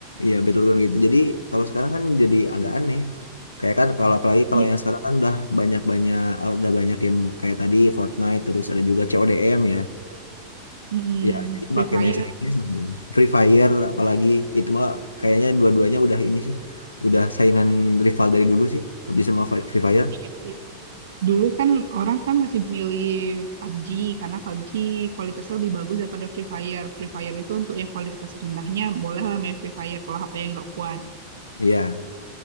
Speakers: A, on the left (about 80°); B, on the right (about 60°).
A: ya battleground gitu jadi kalau sekarang kan jadi agak aneh kayak kan kalau apalagi kalau
B: Iya.
A: yang sekarang kan udah banyak-banyak udah banyak game kayak tadi Fortnite terus ada juga CODM ya
B: Mm-mm,
A: ya jadi
B: Free
A: makin
B: Fire,
A: banyak saingnya sebenarnya Free Fire apalagi itu mah kayaknya dua-duanya udah ini sih udah saingan rival dari dulu sih PUBG sama Fi- Free Fire
B: iya sih. Dulu kan orang kan masih milih PUBG karena PUBG kualitasnya lebih bagus daripada Free Fire. Free Fire itu untuk yang kualitas rendahnya bolehlah main Free Fire kalau HP yang nggak kuat.
A: iya